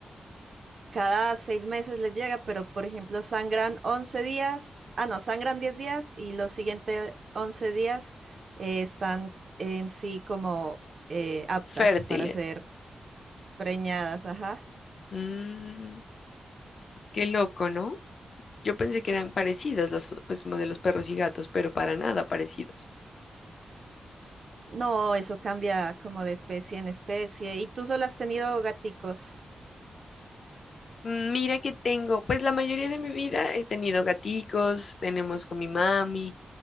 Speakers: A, on the right; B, on the left.
A: cada seis meses les llega, pero por ejemplo sangran 11 días, ah no, sangran 10 días y los siguientes 11 días eh, están en sí como eh, aptas
B: Fértiles.
A: para ser preñadas, ajá.
B: Mm, qué loco, ¿no? Yo pensé que eran parecidas las fotos, pues como de los perros y gatos, pero para nada parecidos.
A: No, eso cambia como de especie en especie. ¿Y tú solo has tenido gaticos?
B: Mira que tengo, pues la mayoría de mi vida he tenido gaticos, tenemos con mi mami,